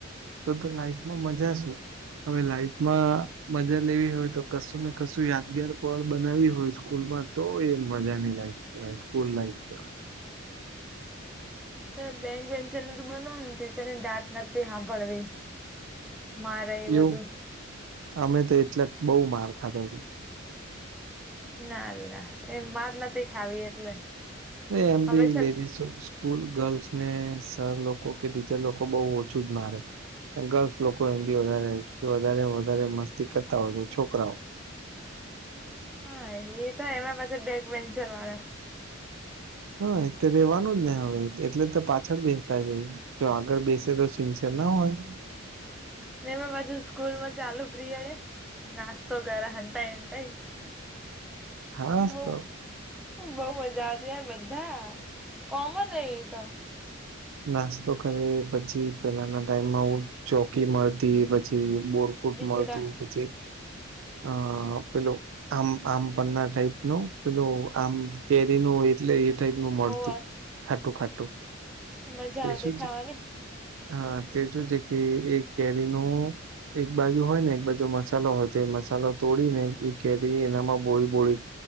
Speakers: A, on the right (about 75°); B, in the centre.
A: તો તો લાઈફમાં મજા શું હવે લાઈફમાં મજા લેવી હોય તો કશું ને કશું યાદગાર પળ બનાવી હોય સ્કૂલમાં તો એ મજાની લાઈફ કેવાય સ્કૂલ લાઈફ કેવાય
B: તો બેંક વેન્ચરને તોું બનવ ને તની દાટ નથી સાંભળવી મારે એ
A: એવું
B: બધું
A: અમે તો એટલાક બઉુ માર ખાધો છે
B: ના ના એ માર નથી ખાવી એટલે
A: એ એમ
B: હંમેશા
A: બી લેડીસ સ્કૂલ ગર્લ્સ ને સર લોકો કે ટીચર લોકો બહુ ઓછું જ મારે ગર્લ્સ લોકો એમ બી વધારે વધારે વધારે મસ્તી કરતા હોય તો છોકરાઓ
B: હા એ તો એમાં પછી બેગ પેન્ચર વાળે
A: હા એ રેવાનું જ ને હવે એટલે તો પાછળ બેસતા જ જો આગળ બેસે તો સિન્સેર ના હોય
B: ને પાછુ સ્કૂલ માં ચાલુ પ્રિયડે નાસ્તો કર હતાયતાય
A: હા
B: એ બ
A: તો
B: બહ મજા આવતી યાર બધા કોમન ન એ તો
A: નાસ્તો કરે પછી પેલાના ટાઈમમાં હ ચોકી મળતી પછી બોર કૂટ
B: બીજડા
A: મળતું પછી અ પેલો આમ આમ પના ટાઈપ ન પેલો આમ કેરી ન એટલે એ થાઈક નું મળતું
B: હોવે
A: ખાટું ખાટું
B: મજા
A: તે
B: આવતી
A: શું
B: ખાવાની
A: છે હા તે શું છે કે એક કેરી ન એક બાજુ હોય ને એક બાજુ મસાલો હોય તો મસાલો તોડી ને એ કેરી એનામાં બોળી બોળી